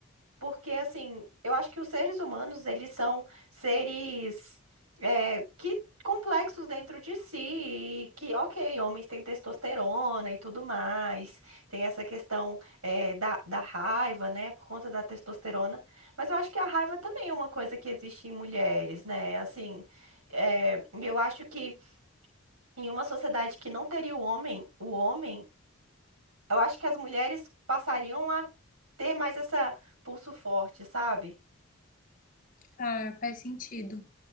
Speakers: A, on the right; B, on the left.
A: Porque, assim, eu acho que os seres humanos, eles são seres é, que complexos dentro de si, e que, ok, homens têm testosterona e tudo mais, tem essa questão é, da, da raiva, né, por conta da testosterona, mas eu acho que a raiva também é uma coisa que existe em mulheres, né, assim, é, eu acho que em uma sociedade que não teria o homem, o homem, eu acho que as mulheres passariam a ter mais essa pulso forte, sabe?
B: claro, faz sentido.